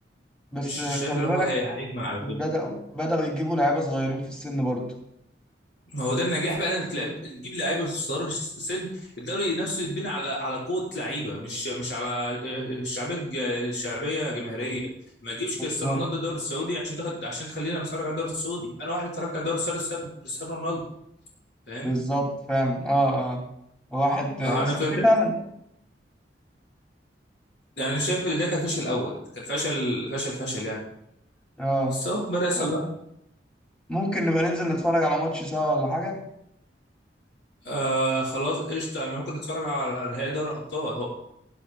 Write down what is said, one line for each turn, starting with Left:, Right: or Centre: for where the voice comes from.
Centre: بس
Left: مش
Centre: خلي
Left: شايف ان هو
Centre: بالك
Left: هي- هيكمل على
Centre: بدأوا
Left: كده
Centre: بدأوا يجيبوا لعيبة صغيرين في السن برضه
Left: ما هو ده النجاح بقى انك تلعب تجيب لعيبه صغيره في السن الدوري نفسه يتبنى على على قوه لعيبه مش مش على شعبيه ج- شعبيه جماهيريه ما تجيبش
Centre: بالظبط
Left: كريستيانو رونالدو الدوري السعودي عشان تاخد عشان تخلينا نتفرج على الدوري السعودي انا واحد اتفرجت على الدوري السعودي بسبب كريستيانو رونالدو فاهم
Centre: بالظبط فعلا اه اه واحد اصل
Left: آه، انا كنت
Centre: في فعلا
Left: انا شايف ان ده كان فشل اول كان فشل فشل فشل يعني
Centre: اه
Left: بس اهو بدا يصلح
Centre: طيب، ممكن نبقى ننزل نتفرج على ماتش سوا ولا حاجة
Left: آه خلاص قشطه انا ممكن نتفرج على نهائي دوري الابطال اهو